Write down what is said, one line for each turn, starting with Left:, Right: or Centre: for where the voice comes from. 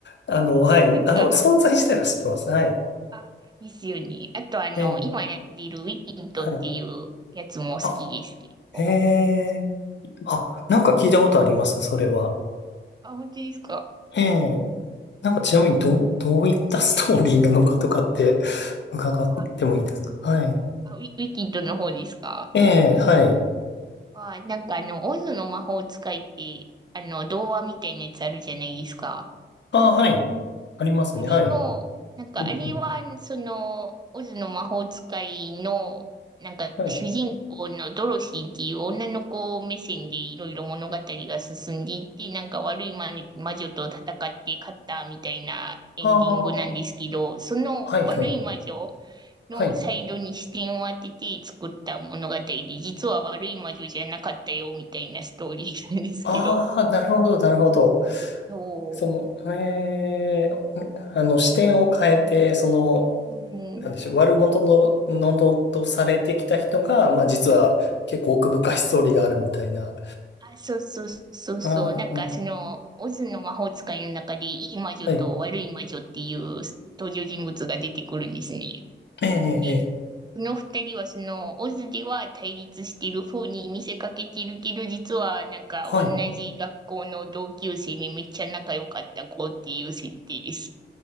Left: あの、はい。
Right: なんか、
Left: あの、存在自体は知ってます。はい。
Right: あ、ですよね。あと、あの、
Left: ええ、
Right: 今やっているウィキントっていうやつも好きです、
Left: はい。あ、
Right: 結構。
Left: ええ、あ、なんか聞いたことあります、それは。
Right: あ、本当ですか。
Left: ええなんかちなみにどう、どういったストーリーなのかとかって伺ってもいいですかはい。
Right: あ、あウィ、ウィキントの方ですか。
Left: ええ、はい。
Right: あ、なんかあの、オズの魔法使いって、あの、童話みたいなやつあるじゃないですか。
Left: ああ、はい。ありますね。
Right: あれの、
Left: はい。
Right: なんかあれは、
Left: うん、うん。
Right: その、オズの魔法使いの、なんか主人公のドロシーっていう女の子目線でいろいろ物語が進んでいって、
Left: はい。
Right: なんか悪い魔魔女と戦って勝ったみたいなエンディングなんですけど、
Left: ああ、は
Right: その悪い魔女
Left: い、はい。はい。
Right: のサイドに視点を当てて作った物語で、実は悪い魔女じゃなかったよみたいなストーリーなんですけど、
Left: ああ、なるほど、なるほど。
Right: そ
Left: その、ええ、あの、視点を変えて、
Right: う、なんか
Left: その、
Right: うん
Left: なんでしょう、悪者の、のどとされてきた人が、まあ実は結構奥深いストーリーがあるみたいな。
Right: あ、そうそうそうそう。
Left: ああ、
Right: なんかその、オズの魔法使いの中で、いい魔女と悪い魔女っていう登場人物が出てくるんですね。
Left: はい。ええ、ええ、
Right: で、
Left: ええ
Right: その二人はその、オズでは対立してる風に見せかけてるけど、実はなんか同じ学校の同級生にめっちゃ仲良かった子っていう設定です。
Left: はい。